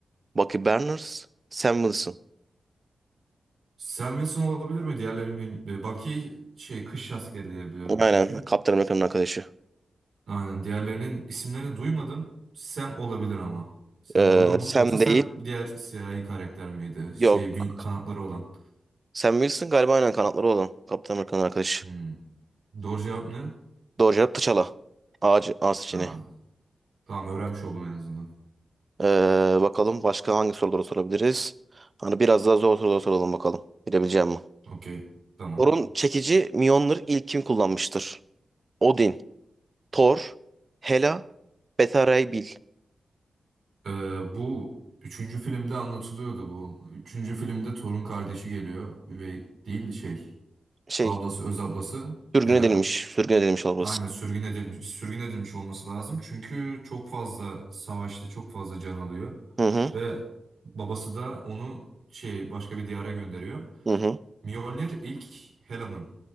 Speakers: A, on the right; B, on the right.
A: Bucky Barnes, Sam Wilson.
B: Sam Wilson olabilir mi? Diğerlerini bilmiyorum. Bucky şey kış askeri diye biliyorum
A: Aynen
B: çünkü.
A: Kaptan Amerika'nın arkadaşı.
B: Aynen diğerlerinin isimlerini duymadım. Sam olabilir ama. Sam
A: Ee,
B: doğru mu?
A: Sam
B: Yoksa Sam
A: değil.
B: diğer siyahi karakter miydi? Şey
A: Yok
B: wing- kanatları olan.
A: Sam Wilson galiba aynen kanatları olan. Kaptan Amerika'nın arkadaşı.
B: Hmm. Doğru cevap ne?
A: Doğru cevap T'Challa. A, C- A seçeneği.
B: Ha, tamam öğrenmiş oldum en azından.
A: Ee, bakalım başka hangi soruları sorabiliriz? Hani biraz daha zor sorular soralım bakalım. Bilebileceğim mi?
B: Okey. Tamam.
A: Thor'un çekici Mjolnir ilk kim kullanmıştır? Odin, Thor, Hela, Beta Ray Bill.
B: Ee, bu üçüncü filmde anlatılıyordu bu. Üçüncü filmde torun kardeşi geliyor. Üvey değil şey.
A: Şey,
B: Ablası, öz ablası
A: sürgün
B: Hela.
A: edilmiş. Sürgün edilmiş olması.
B: Aynen sürgün edilmiş, sürgün edilmiş olması lazım. Çünkü çok fazla savaşta çok fazla can alıyor.
A: Hı hı.
B: Ve babası da onu şey başka bir diyara gönderiyor.
A: Hı hı.
B: Mjolnir ilk Hela'nın